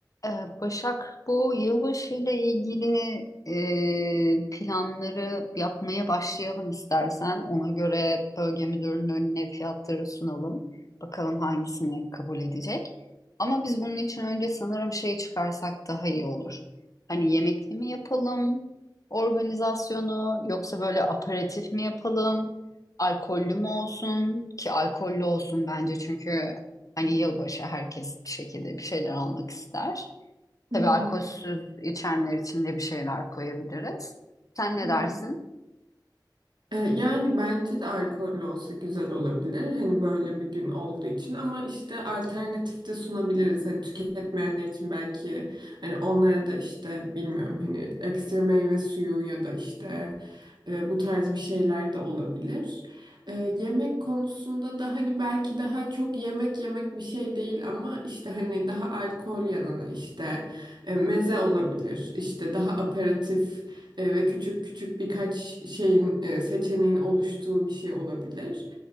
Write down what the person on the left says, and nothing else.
Ee, Başak, bu yılbaşı ile ilgili e, planları yapmaya başlayalım istersen. Ona göre bölge müdürünün önüne fiyatları sunalım. Bakalım hangisini kabul edecek. Ama biz bunun için önce sanırım şey çıkarsak daha iyi olur. Hani yemekli mi yapalım organizasyonu yoksa böyle aperatif mi yapalım? Alkollü mü olsun ki alkollü olsun bence çünkü hani yılbaşı herkes bir şekilde bir şeyler almak ister. Tabii
alkolsüz
içenler için de bir şeyler koyabiliriz. Sen ne
dersin?